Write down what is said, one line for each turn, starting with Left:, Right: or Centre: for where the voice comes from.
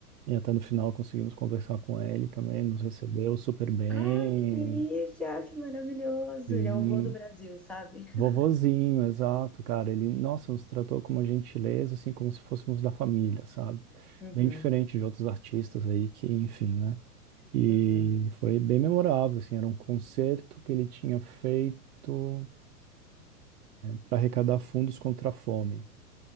Right: e até no final conseguimos conversar com ele também, nos recebeu super bem,
Centre: Ai, que delícia! Que maravilhoso!
Right: sim,
Centre: Ele é o vô do Brasil, sabe? <laughs>
Right: vovozinho, exato, cara, ele, nossa, nos tratou com uma gentileza, assim, como se fôssemos da família, sabe?
Centre: Uhum,
Right: Bem diferente de outros artistas aí que, enfim, né? E
Centre: uhum.
Right: foi bem memorável, assim, era um concerto que ele tinha feito para arrecadar fundos contra a fome.